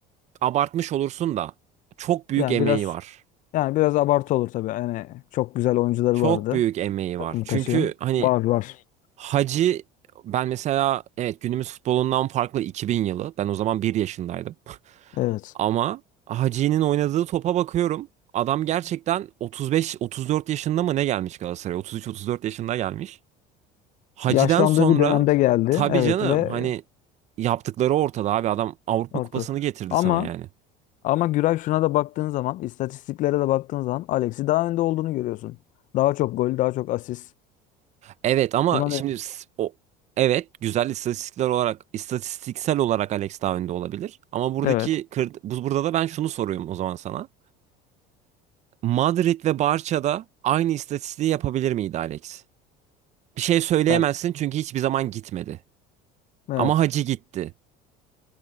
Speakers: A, on the right (about 40°); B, on the left (about 45°).
A: abartmış olursun da çok büyük
B: Yani
A: emeği
B: biraz
A: var.
B: yani biraz abartı olur tabii. Yani çok güzel oyuncuları
A: Çok
B: vardı.
A: büyük emeği
B: Takımı
A: var. Çünkü
B: taşıyan.
A: hani
B: Var var.
A: Hacı ben mesela evet günümüz futbolundan farklı 2000 yılı. Ben o zaman bir yaşındaydım. <laughs>
B: Evet.
A: Ama Hacı'nın oynadığı topa bakıyorum. Adam gerçekten 35-34 yaşında mı ne gelmiş Galatasaray'a? 33-34 yaşında gelmiş. Hacı'den
B: Yaşlandığı
A: sonra
B: bir dönemde geldi.
A: tabii
B: Evet
A: canım
B: ve
A: hani yaptıkları ortada abi adam Avrupa
B: Ortada.
A: Kupası'nı getirdi
B: Ama
A: sana yani.
B: ama Güray şuna da baktığın zaman, istatistiklere de baktığın zaman Alex'i daha önde olduğunu görüyorsun. Daha çok gol, daha çok asist.
A: Evet ama
B: Buna
A: şimdi
B: ne?
A: s- o evet güzel istatistikler olarak istatistiksel olarak Alex daha önde olabilir. Ama buradaki
B: Evet.
A: kır, bu- burada da ben şunu soruyorum o zaman sana. Madrid ve Barça'da aynı istatistiği yapabilir miydi Alex? Bir şey söyleyemezsin
B: Ya,
A: çünkü hiçbir zaman gitmedi.
B: evet.
A: Ama Hacı gitti.